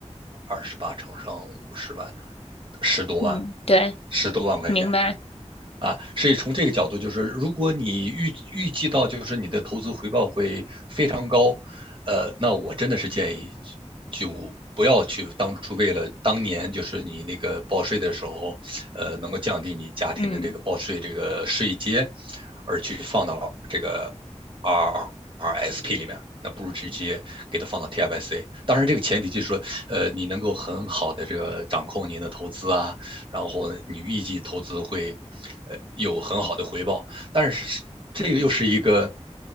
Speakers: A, on the right; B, on the left.
A: 二十八乘上五十万，十多万，
B: 嗯，对，
A: 十多万块钱。
B: 明白。
A: 啊，所以从这个角度，就是如果你预预计到就是你的投资回报会非常高，呃，那我真的是建议就不要去当初为了当年就是你那个报税的时候，呃，能够降低你家庭的这个报税这个税阶，
B: 嗯，
A: 而去放到这。R R S P 里面，那不如直接给它放到 TFSA。当然，这个前提就是说，呃，你能够很好的这个掌控您的投资啊，然后你预计投资会，呃，有很好的回报。但是这个又是一个